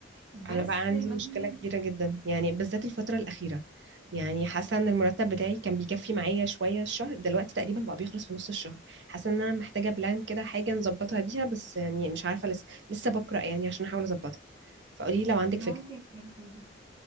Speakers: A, on the right; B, on the right.
A: بس
B: انا بقى عندي
A: مثلا
B: مشكله كبيره جدا يعني بالذات الفتره الاخيره يعني حاسه ان المرتب بتاعي كان بيكفي معايا شويه الشهر دلوقتي تقريبا بقى بيخلص في نص الشهر حاسه ان انا محتاجه بلان كده حاجه نظبطها بيها بس يعني مش عارفه لسه لسه بقرا يعني عشان احاول اظبطها فقولي لي لو عندك
A: ممكن
B: فكره
A: <clears throat>